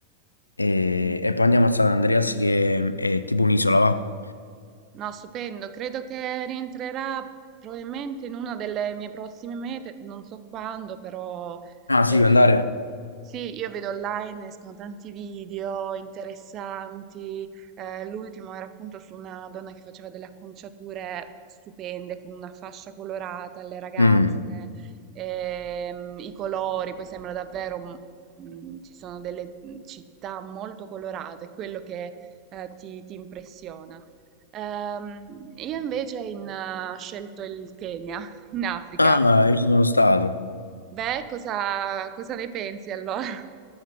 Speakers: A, on the left; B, on the right.
A: e, e poi andiamo a San Andreas che è tipo un'isola, va?
B: No, stupendo. Credo che rientrerà probabilmente in una delle mie prossime mete, non so quando, però
A: Ah, sì,
B: eh,
A: vuoi andare?
B: sì, io vedo online, escono tanti video interessanti. Eh, l'ultimo era appunto su una donna che faceva delle acconciature stupende con una fascia colorata alle ragazze,
A: Mm.
B: ehm, i colori, poi sembra davvero, mm, mm, ci sono delle città molto colorate, quello che eh, ti ti impressiona. Ehm, io invece in, eh, ho scelto il Kenya, <laughs> in Africa.
A: Ah, io ci sono stato.
B: Beh, cosa, cosa ne pensi allora? <laughs>